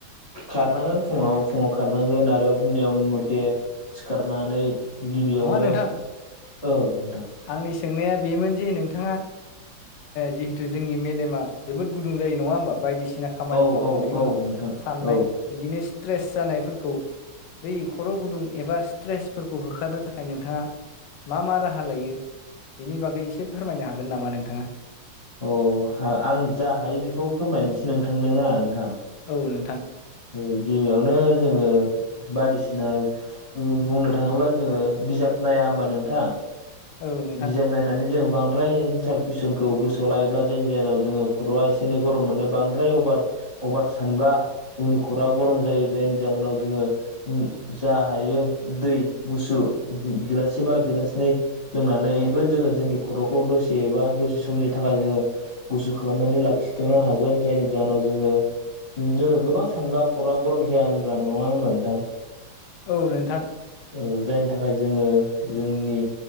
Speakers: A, on the left; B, on the left.
A: खारनांगोन फुङाव फुङाव खारनांगोन आरो नियम मथे सिखारनानै गिबियावनो
B: नङा नोंथां
A: औ नोंथां
B: आंनि सोंनाया बेमोन जे नोंथाङा जिहेथु जोंनि मेलेमा जोबोद गुदुं जायो नङा होमबा बायदिसि ना खामानि
A: औ
B: मावखांनायनि
A: औ औ
B: उनाव
A: नोंथां
B: साननाय
A: औ
B: बिदिनो सि स्ट्रेस जानायफोरखौ बै खर' गुदुं एबा स्ट्रेसफोरखौ होखारनो था थाखाय नोंथाङा मा मा राहा लायो बेनि बागै एसे फोरमायनो हागोन नामा नोंथाङा?
A: अ आं जा हायो बेखौ फोरमायनोसै नोंथांनो ना नोंथां
B: औ नोंथां
A: ओ गिबियावनो जोङो बायदिसिना बुंनो थाङोब्ला जोङो बिजाब नाया ओमबा नोंथां
B: औ नोंथां
A: बिजाब नायनानै जों बां बांद्राय एन्सार कुइसनखौ गोसोआव लायोब्ला जायनि जाहोनाव जोङो खर'आ एसे एनै गरम मोनो बांद्राय अभार अभार सानबा जोंनि खर'आ गरम जायो जायनि जाहोनाव जोङो जा हायो दै गुसु गिलाससे बा गिलासनै लोंनानैबो जोङो जोंनि खर'खौ दसे एबा दसे समनि थाखाय जोङो गुसु खालामनानै लाखि थ'नो हागोन जायनि जाहोनाव जोङो जोङो गोबां सानब्ला खर'आ गरम जाया होनब्ला नङा होनबा नोंथां
B: औ नोंथां
A: औ जायनि थाखाय जोङो जोंनि